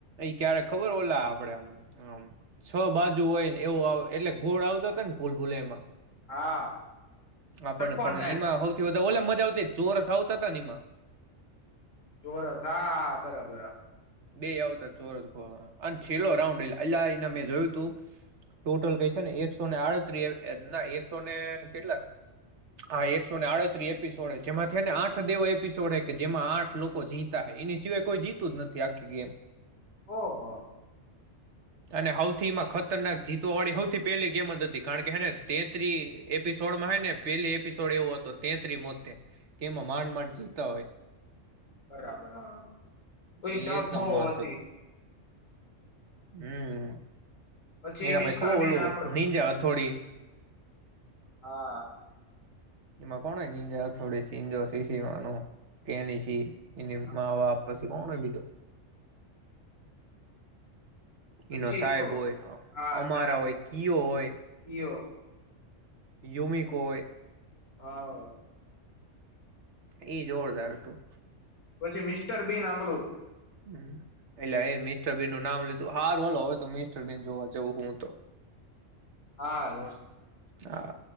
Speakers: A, on the right (about 65°); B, on the left (about 75°).
A: ક્યારે ખબર ઓલા આપડેમ છ બાજુ હોય ને એવું એટલે ગોળ આવતા હતા ને ભૂલ ભૂલૈયા માં
B: હા
A: આપણ
B: ષટકોણ
A: પણ
B: ટાઈપ
A: એમાં સૌથી વધા ઓલા મજા આવતી ચોરસ આવ તનીમાં
B: બોરસ હા બરાબર
A: બે આવતા ચોરસ ગ અને છેલ્લો રાઉન્ડલે એ એના મેં જોયું તું ટોટલ ક છે ને એકસોને આડત્રી ના એકસોને કેટલા હા એકસોને આડત્રી એપિસોડ જેમાંથી ને આઠ દેવો એપિસોડ કે જેમાં આઠ લોકો જીતા એની સિવાય કોઈ જીતું જ નથી ત્યાખ ગમ
B: ઓહ
A: અને હૌથી માં ખતરનાક જીતવાળી સૌથી પહેલી ગેમ જ હતી કારણ કે હેને તેતરી એપિસોડમાં હ ને પેલી એપિસોડ એવો હતો તેત્રી મોતે તેમાં માંડ માંડ જીતા હોય
B: બરાબર હા કોઈ
A: એ
B: ટપ
A: એકદમ
B: બહ
A: મસ્ત
B: હતી
A: હતો હમ
B: પછી
A: એના
B: મિસ્ટર
A: ભાઈ ખબર
B: બીન
A: ઓલું
B: આપડું
A: નીજા હથોડી
B: હા
A: એમાં કોણ જ થોડી સીજો સીસીીવાનો કેની સી એની
B: હા.
A: મા વાપ કોણ હોયવી તો
B: પછી
A: એનો સાહેબ
B: તો
A: હોય
B: હા
A: અમારા
B: સાહેબ
A: હોય કયો હોય
B: કયો
A: યુમી કોઈ
B: હા
A: ઈ જોરદાર હતું
B: પછી મિસ્ટર બેી ના આપડું
A: હમ એટલે એ મિસ્ટર બેન નું નામ લીધું હાર વાોલો હવે તો મિસ્ટરબન જોવા જવું હું તો
B: હા રો
A: હા